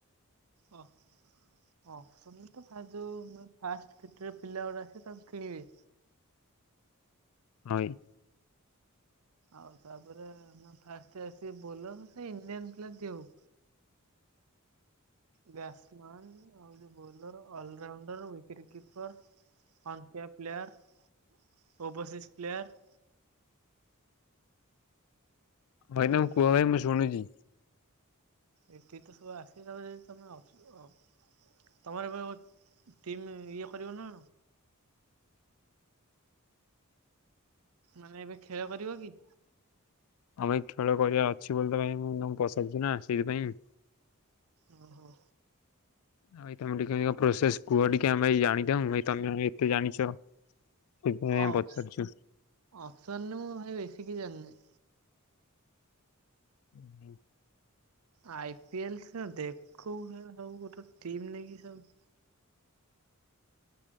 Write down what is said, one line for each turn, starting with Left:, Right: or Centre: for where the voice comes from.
Right: ଓ ଅପସନ ରେ ତ ଫାଷ୍ଟ ଯୋଉ ମାନେ ଫାସ କେତେ ଯୋଉ ପିଲା ଗୁଡା ଆସିବେ ତାଙ୍କୁ କିଣିବେ।
Left: ହଁ ଭାଇ।
Right: ଆଉ ତାପରେ ମାନେ ଫାଷ୍ଟ ଆସିବେ ବୋଲର ସେ ଇଣ୍ଡିଆନ ପ୍ଲେଆର ଯିଏ ହଉ। ବ୍ୟାଟ୍ସ ମାନ୍ ଆଉ ଯୋଉ ବୋଲର ଅଲରାଉଣ୍ଡର ୱିକେଟ୍ କିପର। ହନ୍ କେଆ ପ୍ଲେୟାର ଓବସିସ୍ ପ୍ଲେୟାର।
Left: ଭାଇ ତମେ
Right: ଏଗୁରା
Left: କୁହ
Right: ସବୁ
Left: ଭାଇ ମୁଁ ଶୁଣିଛି।
Right: ଏତିକି ତ ସବୁ ଆସିିବେ ତାଫରେ ଯଦି ତମେ ଅପ୍ସ ଅପ୍ ତୁମର ଏବେ ଟିମ୍ ଇଏ କରିବ ନା। ମାନେ ଏବେ ଖେଳ କରିବ କି।
Left: ହଁ ଭାଇ ଖେଳ କରିବାର ଅଛି ବୋଲି ତ ଭାଇ ମୁଁ ତମକୁ ପଚାରୁଛି ନା ସେଇଥିପାଇଁ।
Right: ଓ ହୋ।
Left: ଭାଇ ତମେ ଟିକେ କେମିତି କଁ ପ୍ରୋସେସ କୁହ ଟିକେ ଆମେ ଭାଇ ଜାଣିଥାଉ ଭାଇ ତମେ ଏତେ ଜାଣିଛ। ସେଥିପାଇଁ
Right: ଅପସ୍
Left: ପଚାରୁଛୁ
Right: ଅପସନ ରେ ମୁଁ ଭାଇ ବେଶୀ କିଛି ଜାଣିନି।
Left: ଉଁ ହୁଁ।
Right: ଆଇ ପି ଏଲ ସିନା ଦେଖୁ ସେଗୁଡା ସବୁ ଗୋଟେ ଟିମ ନେଇକି ସବୁ।